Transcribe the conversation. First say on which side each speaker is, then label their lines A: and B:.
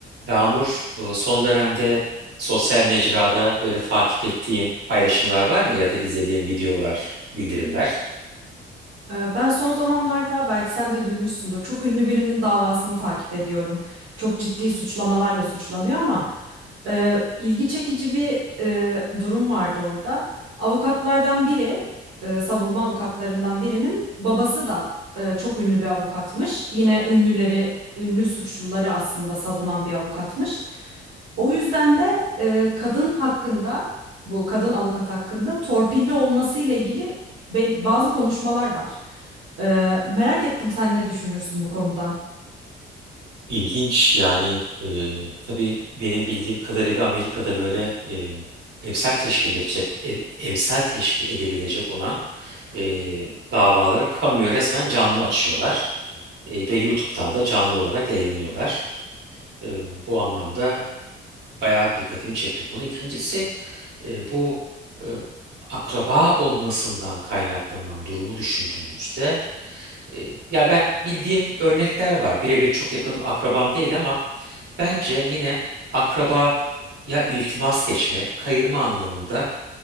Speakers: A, on the right; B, on the right.
A: Yağmur, e, son dönemde sosyal mecrada böyle takip ettiğin paylaşımlar var mı ya da izlediğin videolar, bildirimler?
B: Ee, Ben son zamanlarda belki sen de duymuşsundur. Çok ünlü birinin davasını takip ediyorum. Çok ciddi suçlamalarla suçlanıyor ama e, ilgi çekici bir e, durum vardı orada. Avukatlardan biri, e, savunma avukatlarından birinin babası da e, çok ünlü bir avukatmış. Yine ünlüleri, ünlü suçluları aslında savunan bir avukatmış. O yüzden de e, kadın hakkında, bu kadın avukat hakkında torpilli olmasıyla ilgili bel- bazı konuşmalar var. Ee, merak ettim sen ne düşünürsün bu konuda?
A: İlginç yani e, tabii benim bildiğim kadarıyla Amerika'da böyle e, emsal teşkil edecek, e, emsal teşkil edebilecek olan e, davaları kamuya resmen canlı açıyorlar E, ve YouTube'dan da canlı olarak yayınlıyorlar. E, bu anlamda bayağı dikkatimi çekti konu. İkincisi e, bu e, akraba olmasından kaynaklanan durumu düşündüğümüzde e, ya ben bildiğim örnekler var. Birebir çok yakın akrabam değil ama bence yine akraba ya iltimas geçme, kayırma anlamında